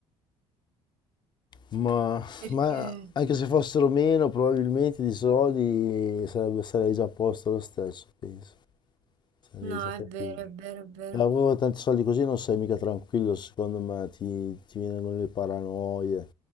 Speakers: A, on the left; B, on the right.
A: Ma,
B: Perché?
A: ma anche se fossero meno, probabilmente di soldi sarebbe- sarei già a posto lo stesso, penso. Sarei
B: No,
A: già tranquillo.
B: è vero, è vero, è vero.
A: Lavoro tanti soldi così non sei mica tranquillo, secondo me ti, ti vengono le paranoie.